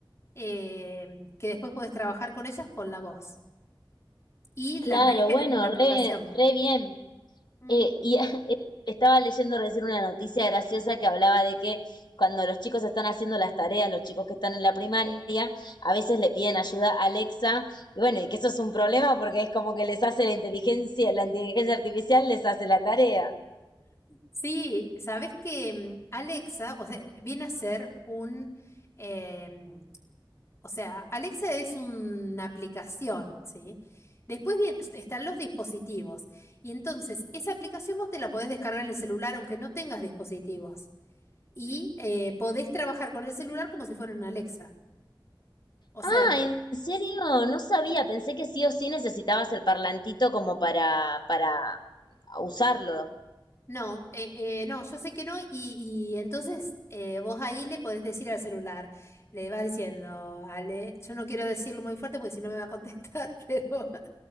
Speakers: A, on the left; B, on the left.
A: eh, que después puedes trabajar con ellas con la voz. Y
B: Claro,
A: las ves en
B: bueno,
A: la aplicación.
B: re, re bien.
A: Mm.
B: Eh, y <laughs> eh, estaba leyendo recién una noticia graciosa que hablaba de que cuando los chicos están haciendo las tareas, los chicos que están en la primaria, a veces le piden ayuda a Alexa, y bueno, y que eso es un problema porque es como que les hace la inteligencia, la inteligencia artificial les hace la tarea.
A: Sí, sabes que mm, Alexa, o sea, viene a ser un, em, o sea, Alexa es una aplicación, ¿sí? Después bien están los dispositivos y entonces esa aplicación vos te la podés descargar en el celular aunque no tengas dispositivos y eh, podés trabajar con el celular como si fuera una Alexa. O sea,
B: Ah, ¿en serio? No sabía, pensé que sí o sí necesitabas el parlantito como para, para usarlo.
A: No, eh, eh, no, yo sé que no, y, y entonces eh, vos ahí le podés decir al celular, le vas diciendo, Ale, yo no quiero decirlo muy fuerte porque si no me va a contestar, <laughs> pero